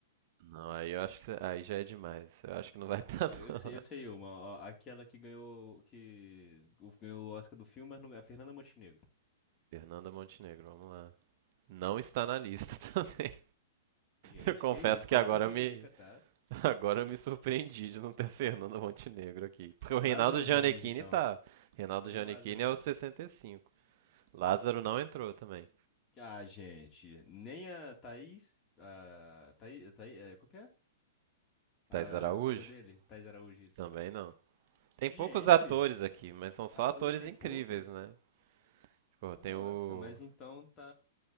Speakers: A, on the right; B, on the left.
A: Não, aí eu acho que cê- aí já é demais. Eu acho que não vai <laughs> estar
B: Não, eu
A: não.
B: sei, eu sei uma. ó, Aquela que ganhou, que o- ganhou o Oscar do filme, mas não, a Fernanda Montenegro.
A: Fernanda Montenegro, vamos lá. Não está na lista <laughs> também.
B: Gente,
A: Eu confesso
B: que isso?
A: que
B: Como
A: agora
B: que o Tiririca
A: eu me
B: tá?
A: agora eu me surpreendi de não ter <laughs> Fernanda Montenegro aqui, porque o Reinaldo
B: Lázaro
A: Gianecchini
B: Ramos, então.
A: tá. Reinaldo
B: Aí
A: Gianecchini
B: o Lázaro Ramos.
A: é o 65. Lázaro não entrou também.
B: Ah, gente, nem a Thaís, a Thaís, Thaís, é, qual que é? A
A: Thais Araújo
B: esposa dele, Thaís Araújo, isso.
A: também não. Tem
B: Gente,
A: poucos atores aqui, mas são só
B: atores
A: atores
B: tem
A: incríveis,
B: poucos?
A: né? Tipo,
B: Nossa,
A: tem o
B: mas então tá,